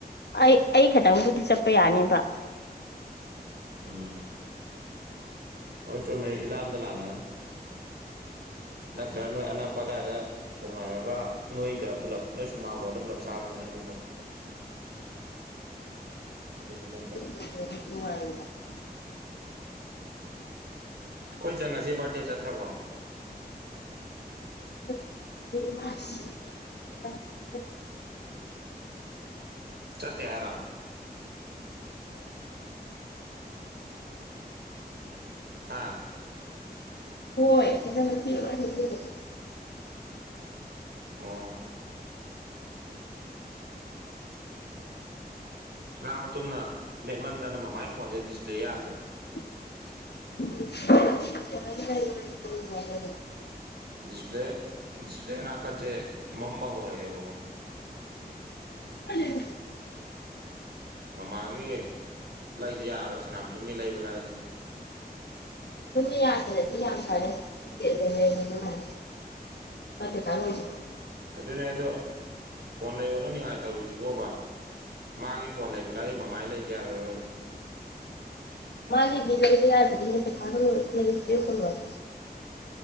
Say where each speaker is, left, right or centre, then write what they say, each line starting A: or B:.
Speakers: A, on the left; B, on the right.
A: ꯑꯩ ꯑꯩ ꯈꯇꯪꯕꯨꯗꯤ ꯆꯠꯄ ꯌꯥꯅꯤꯕ
B: ꯎꯝ ꯍꯣꯏ ꯆꯨꯝꯃꯦ ꯏꯂꯥꯟꯗ ꯂꯥꯟꯂꯦ ꯅꯠꯇ꯭ꯔꯒ ꯅꯣꯏ ꯑꯅꯛꯄ ꯑꯗꯥꯏꯗ ꯊꯣꯡꯅꯔꯒ ꯅꯣꯏꯗ ꯄꯨꯂꯞ ꯅꯣꯏ ꯁꯨ ꯃꯥꯡꯒꯣꯟꯗ ꯄꯨꯂꯞ ꯆꯥꯕꯅꯦ ꯍꯥꯏꯔꯗꯤ ꯐꯥꯕ ꯑꯗꯨꯁꯨ ꯅꯠꯇ꯭ꯔꯦ
A: <inaudible> <unintelligible>
B: ꯑꯈꯣꯏ ꯆꯟ ꯉꯁꯤ ꯕꯥꯔꯗꯦ ꯆꯠꯇ꯭ꯔꯕꯣ
A: <inaudible>
B: ꯆꯠꯇꯦ ꯍꯥꯏꯔꯣ
A: <inaudible>
B: ꯍꯥ
A: ꯍꯣꯏ ꯀꯦꯟꯗꯜ ꯃꯊꯤꯒ ꯂꯣꯏ ꯍꯧꯖꯤꯟꯂꯦ ꯈꯨꯠ
B: ꯑꯣ ꯁꯅꯥꯃꯇꯨꯝꯅ ꯃꯦꯠꯃꯟꯗꯅ ꯃꯃꯥꯏ ꯐꯣꯟꯁꯦ ꯗꯤꯁꯄ꯭ꯂꯦ ꯌꯥꯗ꯭ꯔꯦ
A: <inaudible> <inaudible>
B: ꯗꯤꯁꯄ꯭ꯂꯦ ꯗꯤꯁꯄ꯭ꯂꯦ ꯅꯥꯀꯟꯁꯦ ꯃꯝꯕ ꯍꯧꯔꯛꯑꯦꯕꯀꯣ
A: <inaudible>
B: ꯃꯃꯥꯒꯤ ꯂꯩꯗ ꯌꯥꯔꯣꯏ ꯁꯅꯥꯃꯇꯨꯝꯒꯤ ꯂꯩꯕ ꯂꯥꯏꯔꯤ
A: ꯑꯗꯨꯝ ꯌꯥꯗ꯭ꯔꯗꯤ ꯌꯥꯝ ꯐꯥꯔꯦ ꯀꯤꯄꯦꯠꯅ ꯍꯦꯟꯅ ꯅꯨꯡꯉꯥꯏ ꯃꯥ ꯄꯩꯈꯥ ꯂꯣꯏꯗ꯭ꯔꯤꯕꯧ
B: ꯑꯗꯨꯅꯦ ꯑꯗꯣ ꯐꯣꯟ ꯂꯩꯌꯣꯅ ꯅꯤꯡꯉꯥꯏ ꯇꯧꯔꯤꯁꯤꯕꯣꯕ ꯃꯥꯒꯤ ꯐꯣꯟ ꯂꯩꯕ ꯂꯥꯏꯔꯤ ꯃꯃꯥꯏ ꯂꯩꯗ ꯌꯥꯔꯔꯣꯏꯕ
A: ꯃꯥꯒꯤꯗꯤ ꯂꯩꯕ ꯌꯥꯗꯔꯤꯍꯦ ꯄꯩꯈꯥꯒ ꯂꯣꯏꯔ ꯂꯩꯌꯣ ꯇꯨꯋꯦꯜꯀ ꯂꯣꯏꯔꯒ